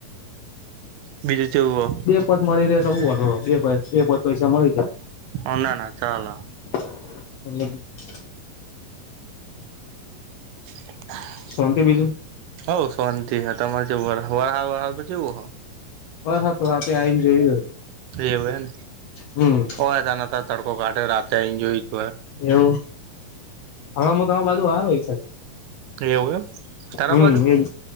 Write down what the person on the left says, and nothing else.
પત મળી રહેે એટલે શું હતો બે પ જ પૈસા મળી જાય.
હમ.
શાંતિ બીજું.
બ હા તો રા આપે આવીને જોઈ.
હમ
એવું હવે હ તો આ બાજુ હાર હોય છે.
હમ
એક